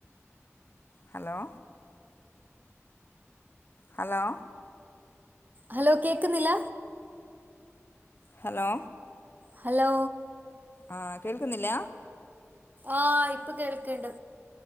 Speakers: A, on the left; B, on the right.
A: ഹലോ ഹലോ
B: ഹലോ കേക്കുന്നില്ല
A: ഹലോ
B: ഹലോ
A: ആഹ് കേൾക്കുന്നില്ല?
B: ആഹ് ഇപ്പൊ കേൾക്കണ്ട്